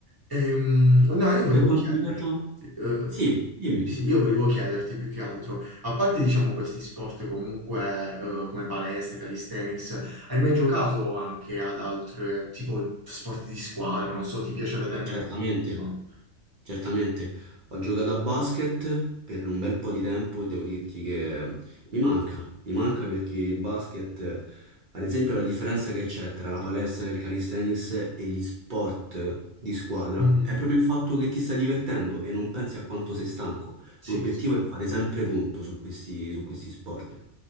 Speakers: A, on the right (about 20°); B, on the right (about 50°).
A: Ehm, no, io
B: E
A: volevo
B: per quanto
A: chiederti,
B: riguarda...
A: eh,
B: Sì, dimmi.
A: sì, sì, io volevo chiederti più che altro, a parte diciamo questi sport comunque eh, come palestra, calisthenics, hai mai giocato anche ad altre tipo sport di squadra? Non so, ti piace vederne
B: Certamente,
A: qualcuno?
B: certamente. Ho giocato a basket per un bel po' di tempo e devo dirti che mi manca, mi manca perché il basket, ad esempio, la differenza che c'è tra la palestra del calisthenics e gli sport di squadra
A: Mhm.
B: è proprio il fatto che ti stai divertendo e non pensi a quanto sei stanco.
A: Sì,
B: L'obiettivo
A: sì.
B: è fare sempre punto su questi, su questi sport.